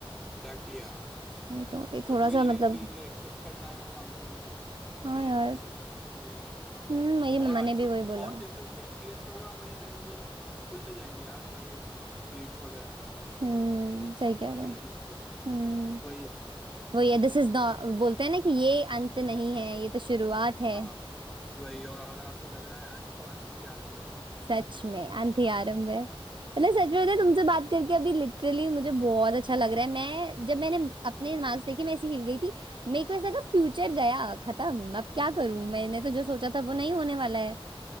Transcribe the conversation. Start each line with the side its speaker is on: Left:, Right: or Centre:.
Centre: एग्जैक्टली यार
Right: वही तो अभी
Centre: बट
Right: थोड़ा
Centre: वही
Right: सा
Centre: है
Right: मतलब
Centre: अभी ये एक्सेप्ट करना है और आगे बढ़ना है
Right: हाँ
Centre: ये
Right: यार
Centre: एक ऑप्शन है और कुछ नहीं
Right: हम्म मेरी मम्मा
Centre: और आगे
Right: ने भी
Centre: मतलब
Right: वही बोला
Centre: और जैसे जैसे एक्सपीरियंस होगा हमारे नए मतलब खुलते जाएंगे यार सारे गेट्स वगैरह
Right: हम्म सही कह
Centre: अपॉर्चुनिटीज
Right: रहे हो
Centre: के
Right: हम्म
Centre: वही है
Right: वो ये दिस इज नॉट बोलते हैं ना कि ये अंत नहीं है ये तो शुरुआत है
Centre: हाँ वही और अगर आपको लग रहा है अंत तो अंत ही आरंभ है
Right: सच में अंधी आरंभ है मतलब सच में बताएं,
Centre: वही
Right: तुमसे बात करके अभी लिटरली मुझे बहुत अच्छा लग रहा है मैं जब मैंने अपने मार्क्स देखे मैं ऐसी हिल गई थी मेरे को ऐसा लगा फ्यूचर गया खत्म अब क्या करूं मैंने तो जो सोचा था वो नहीं होने वाला है